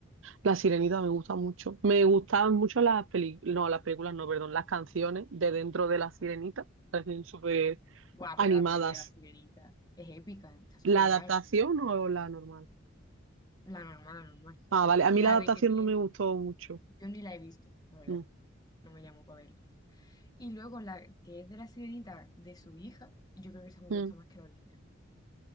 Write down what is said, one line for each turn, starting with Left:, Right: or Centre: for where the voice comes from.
Right: La Sirenita me gusta mucho. Me gustaban mucho las películas, no, las películas no, perdón, las canciones de dentro de La Sirenita. Parecen súper
Left: Guau,
Right: animadas.
Left: pero la peli de la Sirenita es épica, ¿eh? está súper
Right: ¿La adaptación
Left: guay.
Right: o la normal?
Left: La normal, la normal.
Right: Ah, vale, a
Left: Y
Right: mí
Left: la
Right: la adaptación
Left: B que tiene,
Right: no me gustó mucho.
Left: yo ni la he visto, la verdad.
Right: Mm.
Left: No me llamó para verla. Y luego la que es de la sirenita de su hija, yo creo que esa me gusta
Right: Mm.
Left: más que la original.